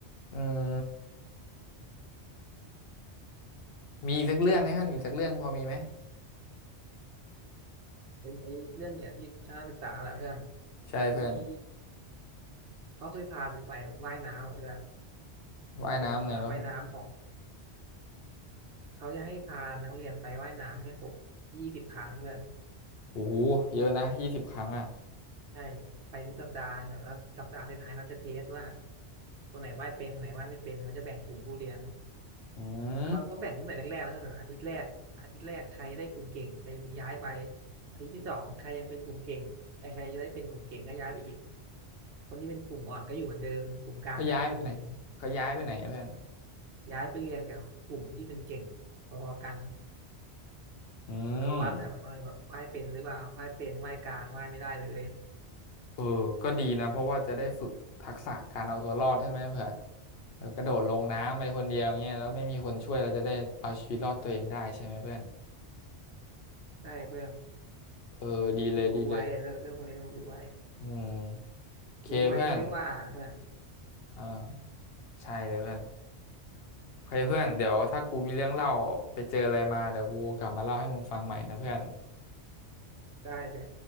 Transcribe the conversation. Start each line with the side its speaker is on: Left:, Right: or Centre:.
Left: อืมมีอีกสักเรื่องไหมเพื่อนอีกสักเรื่องพอมีไหม
Right: เป็นไอ้เรื่องเนี่ยที่ชนะศึกษาแหละเพื่อน
Left: ใช่เพื่อน
Right: กูมีเขาเคยพากูไปว่ายน้ำอะเพื่อน
Left: ว่ายน้ำไงวะเพื่อน
Right: เป็นสระว่ายน้ำของเขาจะให้พานักเรียนไปว่ายน้ำให้ครบยี่สิบครั้งเพื่อน
Left: โอ้โหเยอะนะยี่สิบครั้งอ่ะ
Right: ใช่ไปทุกสัปดาห์แต่ละสัปดาห์ท้ายๆเขาจะเทสว่าคนไหนว่ายเป็นคนไหนว่ายไม่เป็นเขาจะแบ่งกลุ่มผู้เรียน
Left: อืม
Right: เขาเขาแบ่งตั้งแต่แรกๆแล้วนะอาทิตย์แรกอาทิตย์แรกใครได้กลุ่มเก่งไปย้ายไปอาทิตย์ที่สองใครยังเป็นกลุ่มเก่งไอ้ใครจะได้เป็นกลุ่มเก่งก็ย้ายไปอีก คนที่เป็นกลุ่มอ่อนก็อยู่เหมือนเดิมกลุ่มกลางก็อีกกลุ่มหนึ่ง
Left: เขาย้ายไปไหนเขาย้ายไปไหนอะเพื่อน
Right: ย้ายไปเรียนกับกลุ่มที่เป็นเก่งพอๆกัน
Left: อืม
Right: เขาวัดแบบว่าแบบไหว้เป็นหรือเปล่าไหว้เป็นไหว้กลางไหว้ไม่ได้เลย
Left: เออก็ดีนะเพราะว่าจะได้ฝึกทักษะการเอาตัวรอดใช่ไหมเผื่อเออกระโดดลงน้ำไปคนเดียวเงี้ยแล้วไม่มีคนช่วยเราจะได้เอาชีวิตรอดตัวเองได้ใช่ไหมเพื่อน
Right: ได้เพื่อน
Left: เออดีเลยดีเลย
Right: ต้องรู้ไว้เรื่องเรื่องพวกนี้ต้องรู้ไว้
Left: อืมโอเคเพื่อน
Right: รู้ไว้ใช่ว่าเพื่อน
Left: อ่าใช่เลยเพื่อนโอเคเพื่อนเดี๋ยวถ้ากูมีเรื่องเล่าไปเจออะไรมาเดี๋ยวกูกลับมาเล่าให้มึงฟังใหม่นะเพื่อน
Right: ได้เลย